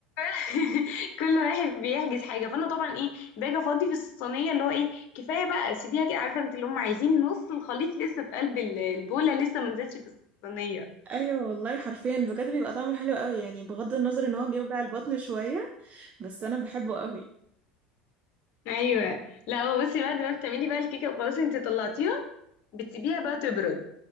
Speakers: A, on the left; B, on the right.
A: <laughs> كل واحد بيحجز حاجه فانا طبعا ايه باجي افضي في الصينيه اللي هو ايه كفايه بقى سيبيها كده عارفه انت اللي هم عايزين نص الخليط لسه في قلب ال- البوله لسه ما نزلش في الصينيه
B: ايوه والله حرفيا بجد بيبقى طعمه حلو قوي يعني بغض النظر ان هو بيوجع البطن شويه بس انا بحبه قوي
A: ايوه لا هو بصي بعد ما بتعملي بقى الكيكه وخلاص انت طلعتيها بتسيبيها بقى تبرد